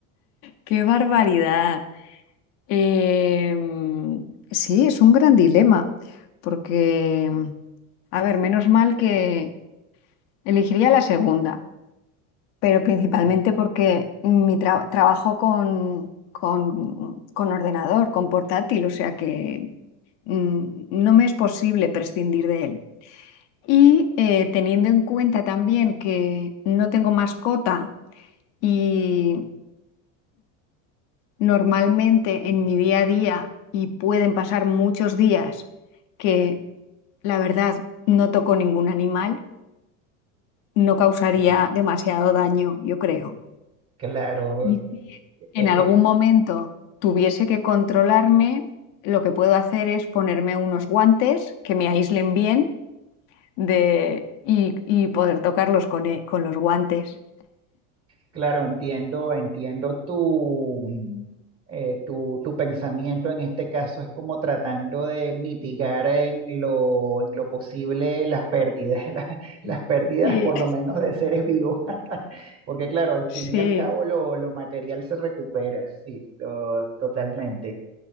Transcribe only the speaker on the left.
¡Qué barbaridad! Em, sí, es un gran dilema, porque, mm, a ver, menos mal que elegiría la segunda, pero principalmente
porque mi tra- trabajo con, con, con ordenador, con portátil, o sea que mm, no me es posible prescindir de él. Y eh, teniendo en cuenta también que no tengo mascota y... normalmente en mi día a día y pueden pasar muchos días que la verdad no toco ningún animal, no causaría
demasiado daño, yo creo.
Y si
en
algún momento tuviese que controlarme, lo que puedo hacer es ponerme unos guantes que me aíslen bien de, y, y poder tocarlos con, e- con los guantes.
Sí.
Sí.